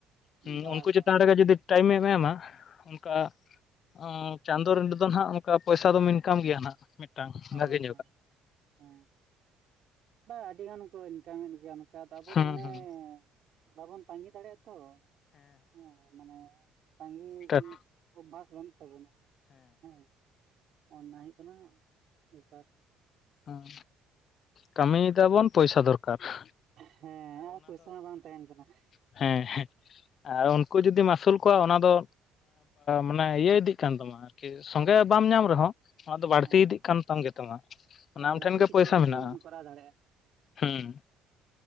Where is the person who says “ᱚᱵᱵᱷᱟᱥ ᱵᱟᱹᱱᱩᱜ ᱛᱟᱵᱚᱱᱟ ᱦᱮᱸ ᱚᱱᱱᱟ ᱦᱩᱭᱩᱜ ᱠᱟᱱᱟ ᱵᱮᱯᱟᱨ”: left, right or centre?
Right